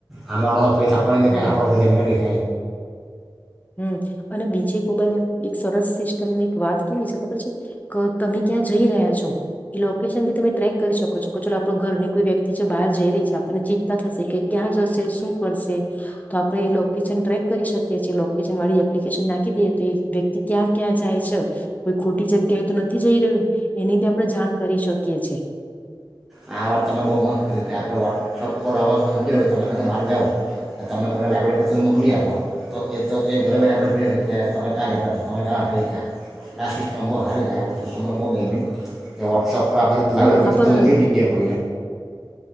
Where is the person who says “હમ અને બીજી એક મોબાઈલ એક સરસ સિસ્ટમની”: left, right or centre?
Left